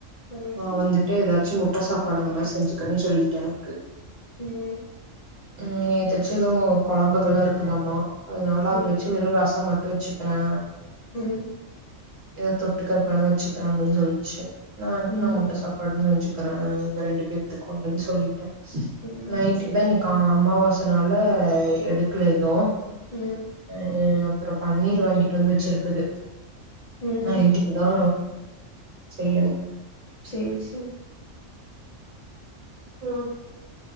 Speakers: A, on the left; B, on the right.
A: ம்
B: ஆ வந்துட்டு ஏதாச் ச்சு முட்ட சாப்பாடு அந்த மாரி செஞ்சுகுரேகேன்னு சொல்லிட்ட எனக்கு
A: உம்
B: உம் எதச்ச எதுவு குழம்புகல இருக்குதாமா அதனால
A: சேரி
B: அது வச்சு வெறு ரசம் மட் ட்டு வச்சுக்கிறா
A: உம்
B: ஏதோ தொட்டுக்கறக் வேண வச்சுக்கிறேன் அப்படின்னு சொல்லிச்சு நான்ட்டு
A: ம்
B: நம்ம முட்ட சாப்பாடுனு நெனச் ருக்க இங்க ரெண்டு பேத்துக்கு அப்டினு சொல்லிட்டே
A: ம்
B: நைட்டுக்கு
A: சேரி
B: தா இன்னக்கு அம்மாவ சனால எடுக்கல எது அ
A: ம்
B: அப்புரோ பன்னீர் வாங்கிட்டு வந்து வச்சிருக்குது
A: ம்
B: நைட்டுக்குதா செய்யணு
A: சேர் சேர்
B: ஆ